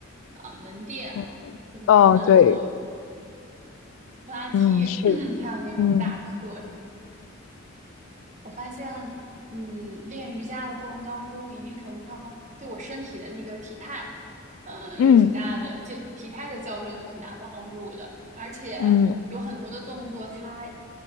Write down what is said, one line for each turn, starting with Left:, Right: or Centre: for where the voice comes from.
Right: 啊、呃门店，
Left: 嗯
Right: 就是专门做
Left: 嗯，对，
Right: 普拉提，
Left: 嗯，是。
Right: <clears throat> 还有那种大课，
Left: 嗯
Right: 我发现，嗯，练瑜伽的过程当中，一定程度上对我身体的那个体态，嗯、
Left: 嗯
Right: 有挺大的，这体态的矫正有挺大帮助的。而且
Left: 嗯，
Right: 有很多的动作，它，